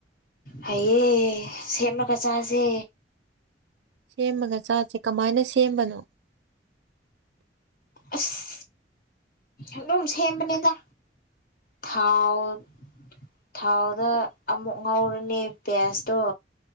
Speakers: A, on the left (about 55°); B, on the right (about 70°).
A: ꯍꯩꯌꯦ ꯁꯦꯝꯃꯒ ꯆꯥꯁꯦ
B: ꯁꯦꯝꯃꯒ ꯆꯥꯁꯦ ꯀꯃꯥꯏꯅ ꯁꯦꯝꯕꯅꯣ
A: ꯑꯁ ꯑꯗꯨꯝ ꯁꯦꯝꯕꯅꯦꯗ ꯊꯥꯎ ꯊꯥꯎꯗ ꯑꯃꯨꯛ ꯉꯧꯔꯅꯦ ꯄꯦꯠꯁꯇꯨ